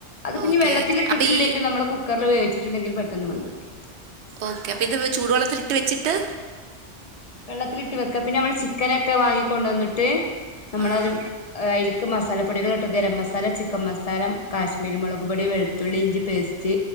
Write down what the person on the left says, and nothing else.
അത്പ
ഇഞ്ഞി വെള്ളത്തിലിട്ടട്ടില്ലെങ്കി
നമ്മള് കുക്കറിൽ വേവിച്ചിട്ടുണ്ടെങ്കിൽ പെട്ടെന്ന് വെന്ത്‌ട്ടും.
വെള്ളത്തിലിട്ട് വെക്ക. പിന്നെ നമ്മള് ചിക്കനൊക്കെ വാങ്ങിക്കൊണ്ടോന്നിട്ട് നമ്മളത്
ഏഹ് അയിൽക്ക് മസാലപ്പൊടികൾട്ടും ഗരം മസാല, ചിക്കൻ മസാലം, കാശ്മീരി മുളക് പൊടി, വെളുത്തുള്ളി, ഇഞ്ചി പേസ്റ്റ്